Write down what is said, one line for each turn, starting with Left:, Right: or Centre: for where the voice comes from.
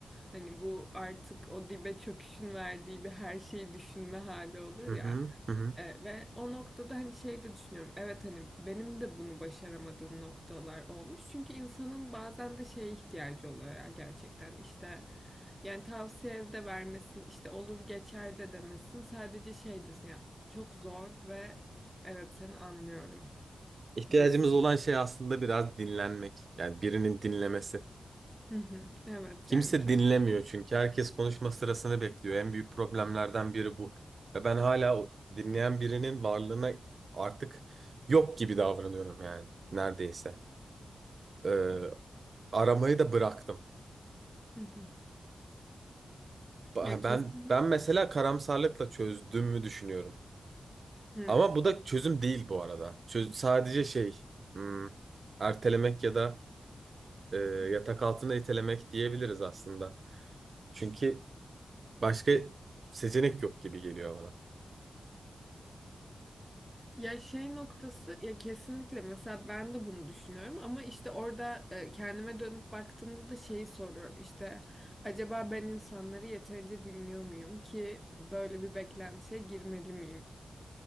Centre: Hani bu artık o dibe çöküşün verdiği bir her şeyi düşünme hali olur
Right: Hı
Centre: ya.
Right: hı, hı hı.
Centre: E, ve o noktada hani şey de düşünüyorum. Evet hani benim de bunu başaramadığım noktalar olmuş. Çünkü insanın bazen de şeye ihtiyacı oluyor ya gerçekten işte. Yani tavsiye de vermesin, işte olur geçer de demesin. Sadece şey desin ya, çok zor ve evet seni anlıyorum
Right: İhtiyacımız
Centre: desin.
Right: olan şey aslında biraz dinlenmek. Yani birinin dinlemesi.
Centre: Hı hı. Evet
Right: Kimse
Centre: yani kesin.
Right: dinlemiyor çünkü herkes konuşma sırasını bekliyor. En büyük problemlerden biri bu. Ve ben hala o dinleyen birinin varlığına artık yok gibi davranıyorum yani neredeyse. Ee, aramayı da bıraktım.
Centre: Hı hı.
Right: Ba-
Centre: Ya kesin.
Right: Ben ben mesela karamsarlıkla çözdüğümü düşünüyorum.
Centre: Hı
Right: Ama bu da çözüm değil bu arada. Çöz, sadece şey hmm, ertelemek ya da e,
Centre: hı. hı.
Right: yatak altına itelemek diyebiliriz aslında. Çünkü başka seçenek yok gibi geliyor bana.
Centre: Ya şey noktası ya kesinlikle mesela ben de bunu düşünüyorum ama işte orada e, kendime dönüp baktığımda da şeyi soruyorum işte acaba ben insanları yeterince dinliyor muyum ki böyle bir beklentiye girmeli miyim